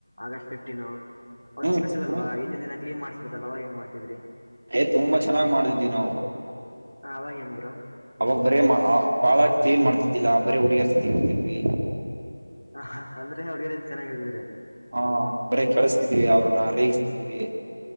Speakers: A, on the left; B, on the right.
A: August fifteen ಅವತ್ತು
B: ಹ್ಮ್
A: ಸ್ಪೆಷಲ್ ಅಲ್ವಾ ಹಿಂದಿನ ದಿನ ಕ್ಲೀನ್ ಮಾಡ್ ತಲವಾಗಿ ಹೆಂಗ ಮಾಡ್ತಿದ್ರಿ
B: ಹೇ ತುಂಬಾ ಚನ್ನ್ಗ್ ಮಾಡಿದ್ವಿ ನಾವು
A: ಹಾ ಅವಾಗ ಹೆಂಗ್ ಬ್ರೋ
B: ಅವಾಗ ಬರೇ ಬಾಳತ್ ಏನ್ ಮಾಡ್ತಿದ್ದಿಲ್ಲಾ ಬರೀ ಹುಡುಗಿಯರ ಜೊತೆ ಇರ್ತಿದ್ವಿ.
A: ಹ, ಹಅಂದ್ರೆ ಹಡ್ಗಡೆ <unintelligible> ಚೆನ್ನಾಗಿದ್ರೆ
B: ಹಾ, ಬರೆ ಅಳಿಸತಿದೀವಿ ಅವ್ರನ್ನ ಬರೆ ರೇಗಿಸತಿದೀವಿ